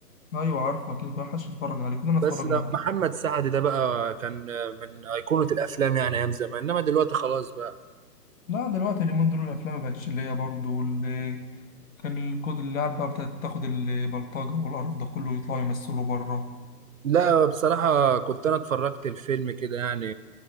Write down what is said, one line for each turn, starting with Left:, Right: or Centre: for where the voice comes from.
Left: ايوه عارفه اكيد كل حدش اتفرج عليه كلنا اتفرجنا
Right: بس ده
Left: عليه
Right: محمد سعد ده بقى كان من ايقونه الافلام يعني ايام زمان انما دلوقتي خلاص بقى
Left: لا دلوقتي اليومين دول الافلام ما بقتش اللي هي برضه اللي كان الكود اللي قاعد بقى بتاعت تاخد البلطجة والقرف ده كله يطلعوا يمثلوا بره
Right: لا بصراحة كنت أنا اتفرجت الفيلم كده يعني